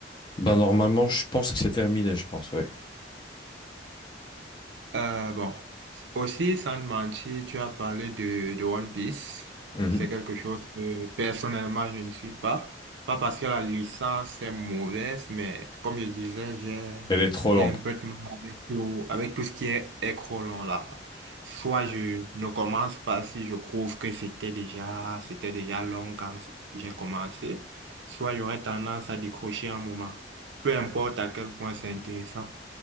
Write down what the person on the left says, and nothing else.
Bah normalement, je pense que c'est terminé, je pense,
oui.
Elle est trop
longue.